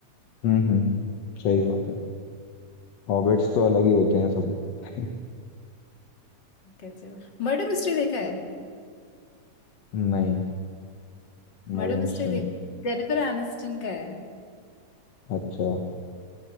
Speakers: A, on the left; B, on the left.
A: हम्म हम्म सही बात है हॉबिट्स तो अलग ही होते हैं सब <laughs>
B: कैसे मर्डर मिस्ट्री देखा है
A: नहीं मदर
B: मर्डर
A: मिस्ट्री
B: मिस्ट्री देखा
A: नहीं
B: जेनिफर एनिस्टन का है
A: अच्छा